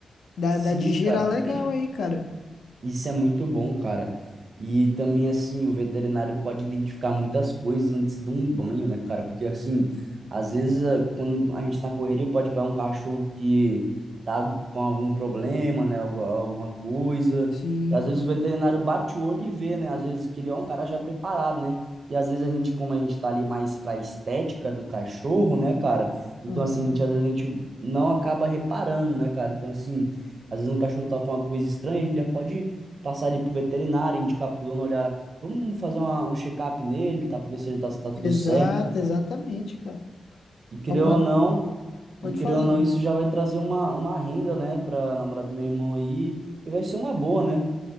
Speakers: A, on the left (about 75°); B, on the right (about 50°).
A: Dá,
B: Sim,
A: dá de
B: cara.
A: girar legal aí, cara.
B: Isso é muito bom, cara. E também, assim, o veterinário pode identificar muitas coisas antes de um banho, né, cara? Porque, assim, às vezes, eh, quando a gente tá na correria, pode pegar um cachorro que tá com algum problema, né, algu- alguma coisa.
A: Sim.
B: E, às vezes, o veterinário bate o olho e vê, né? Às vezes, que ele é um cara já preparado, né? E, às vezes, a gente, como a gente tá ali mais pra estética do cachorro, né, cara? Então,
A: Aham.
B: assim, a gente, às vezes, a gente não acaba reparando, né, cara? Então, assim, às vezes, um cachorro tá com alguma coisa estranha, a gente já pode passar ele pro veterinário, indicar pro dono, olhar, vamos fazer uma- um check-up nele, tá? para ver se ele tá, se tá tudo
A: Exato,
B: certo.
A: exatamente, cara.
B: E querendo
A: É uma...
B: ou não,
A: Pode
B: e querendo
A: falar
B: ou
A: aí.
B: não, isso já vai trazer uma, uma renda, né, pra namorada do meu irmão aí, e vai ser uma boa, né?